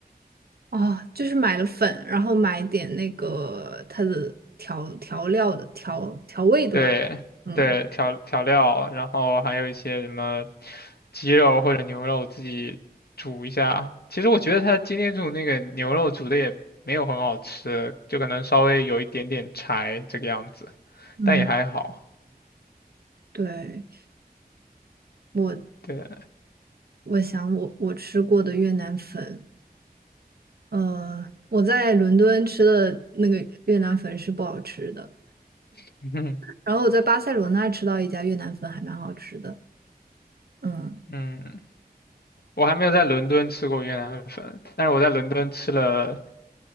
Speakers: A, on the right; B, on the left.
A: 啊，就是买了粉，然后买点那个它的调调料的调调味的吧。
B: 对对，
A: 嗯
B: 调调料，然后还有一些什么鸡肉或者牛肉自己煮一下。其实我觉得他今天煮那个牛肉煮的也没有很好吃，就可能稍微有一点点柴这个样子，
A: 嗯，
B: 但也还好。
A: 对，我
B: 对，
A: 我想我我吃过的越南粉，呃，我在伦敦吃的那个越南粉是不好吃的，
B: <laughs> 嗯
A: 然后我在巴塞罗那吃到一家越南粉还蛮好吃的。嗯，
B: 嗯，我还没有在伦敦吃过越南粉，但是我在伦敦吃了